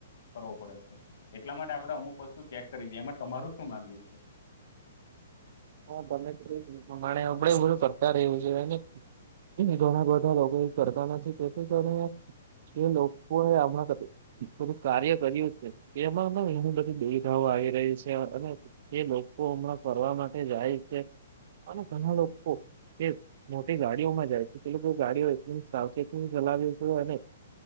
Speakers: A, on the left; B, on the right.
A: કરવો પડે છે એટલા માટે આપડણે અમુક વસ્તુ ચેક કરી દઈએ એમાં તમાર શું માનવું છે
B: હા તમે પ્રમાણે અડે બધું કરતા રહવ્યું છે ઘણા બધા લોકો કરતા નથી તેથી કારણે એ લોકો એ હમણાં થોડુંક કાર્ય કર્યું છે એમાં એ બધી દુવિધાઓ આવી રહી છે અને એ લોકો હમણાં ફરવા માટે જાય છે અને ઘણા લોકો એ મોટી ગાડીઓમાં જાય છે એટલે કે ગાડીઓ એકલી સાવચેતી ચલાવ્યો છે અને